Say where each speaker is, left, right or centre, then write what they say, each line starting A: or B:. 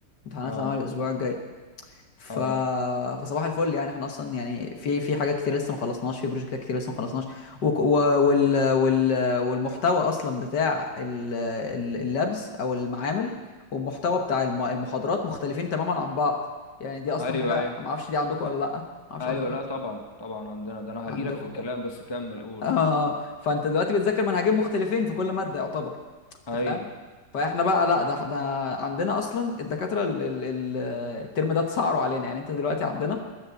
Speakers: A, on the left; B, on the left.
A: امتحانات
B: اه
A: العمل الاسبوع الجاي ف...
B: اه
A: فصباح الفل يعني احنا اصلا يعني في في حاجات كتير لسه ما خلصناش في بروجكتات كتير لسه ما خلصناش وك- و... وال... وال... والمحتوى اصلا بتاع ال... ال- اللابز او المعامل والمحتوى بتاع الم... المحاضرات مختلفين تماما عن بعض يعني دي اصلا
B: ايوه
A: حاجه
B: ايوه
A: ما اعرفش دي عندكم ولا لا ما اعرفش
B: ايوه
A: عندكم
B: لا
A: ولا لأ.
B: طبعا طبعا عندنا ده انا
A: عندكم
B: هجيلك في الكلام
A: كده.
B: بس كمل قول
A: اه فانت دلوقتي بتذاكر منهجين مختلفين في كل ماده يعتبر انت
B: ايوه
A: فاهم فاحنا بقى لا ده ده عندنا اصلا الدكاتره ال- ال- ال- الترم ده اتسعروا علينا يعني انت دلوقتي عندنا